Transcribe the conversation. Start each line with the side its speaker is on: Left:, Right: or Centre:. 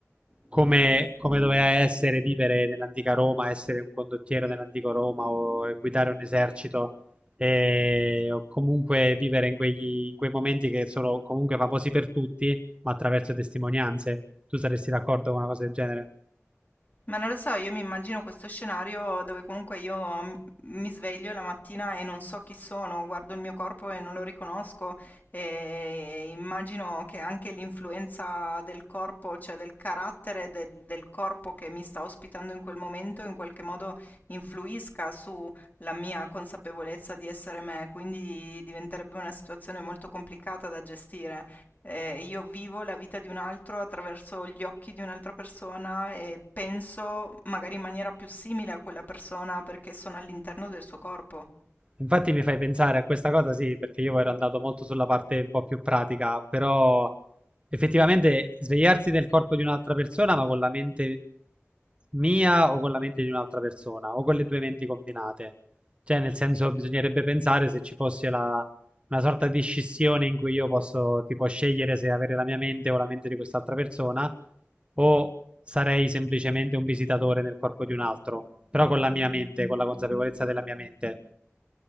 Right: come, come doveva essere vivere nell'antica Roma, essere un condottiero nell'antico Roma o guidare un esercito, eh, o comunque vivere in quegli- in quei momenti che sono comunque famosi per tutti, ma attraverso testimonianze. Tu saresti d'accordo con una cosa del genere?
Left: Ma non lo so, io mi immagino questo scenario dove comunque io m- mi sveglio la mattina e non so chi sono, guardo il mio corpo e non lo riconosco e immagino che anche l'influenza del corpo, cioè del carattere de- del corpo che mi sta ospitando in quel momento, in qualche modo influisca sulla mia consapevolezza di essere me, quindi diventerebbe una situazione molto complicata da gestire. Eh, io vivo la vita di un altro attraverso gli occhi di un'altra persona e penso magari in maniera più simile a quella persona perché sono all'interno del suo corpo.
Right: Infatti mi fai pensare a questa cosa, sì, perché io ero andato molto sulla parte un po' più pratica, però effettivamente svegliarsi nel corpo di un'altra persona, ma con la mente mia o con la mente di un'altra persona, o con le due menti combinate. Cioè, nel senso, bisognerebbe pensare se ci fosse la- una sorta di scissione in cui io posso, tipo, scegliere se avere la mia mente o la mente di quest'altra persona, o sarei semplicemente un visitatore nel corpo di un altro, però con la mia mente, con la consapevolezza della mia mente.